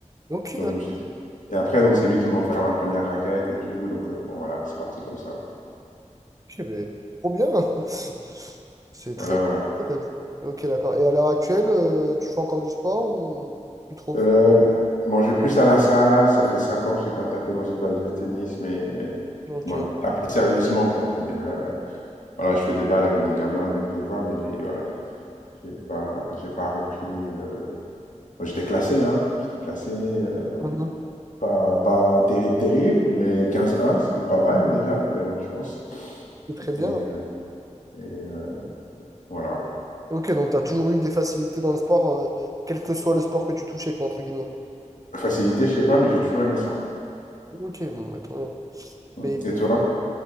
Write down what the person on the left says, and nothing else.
Donc
je me suis dit. Et après donc c'est lui qui m'a offert ma première raquette et tout. Donc euh, bon voilà, c'est parti comme ça.
Voilà voilà.
Euh, bon je vais plus à la salle. Ça fait cinq ans que j'ai pas tapé dans une balle de tennis, mais euh,
bon, tapé sérieusement quoi. C'est-à-dire euh, voilà je fais des balles avec des gamins dès que je les vois, mais j'ai voilà j'ai pas j'ai pas repris. euh, bon, j'étais classé hein. J'étais classé euh,
pas pas terrible terrible, mais quinze un c'était pas mal déjà. Mais bon je pense.
Et, euh, et, euh, voilà.
Facilité, je sais pas, mais j'ai toujours aimé ça.
Mm.
Et toi?